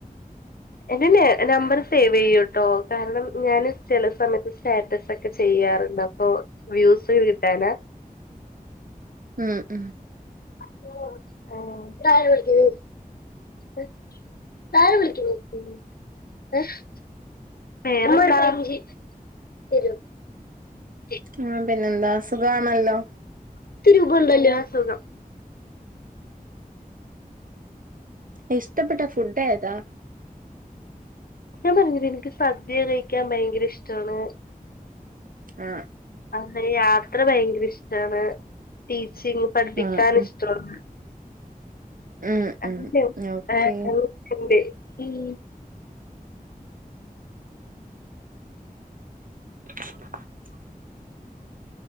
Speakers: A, on the left (about 75°); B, on the right (about 65°).
A: എന്റെ നെ നമ്പർ സേവ് ചെയ്യൂട്ടോ കാരണം ഞാൻ ചില സമയത്ത് സ്റ്റാറ്റസ് ഒക്കെ ചെ ചെയ്യാറുണ്ട് അപ്പൊ വ്യൂസ് കിട്ടാന
B: ഉം ഉം
A: <inaudible> ഉം <unintelligible>
B: ആ പിന്നെന്താ സുഖമാണല്ലോ
A: തിരുപണ്ടല്ലോ അസുഖം
B: ഇഷ്ടപ്പെട്ട ഫുഡ് ഏതാ
A: ഞാൻ പറഞ്ഞത് എനിക്ക് സദ്യ കഴിക്കാൻ ഭയങ്കര ഇഷ്ടമാണ്
B: ആ
A: അ യാത്ര ഭയങ്കര ഇഷ്ടാണ് ടീ ചിങ് പഠിപ്പിക്കാൻ
B: ആഹ് ആഹ്
A: ഇഷ്ടാണ് <inaudible>
B: ഉം ഉം ഓക്കെ <inaudible>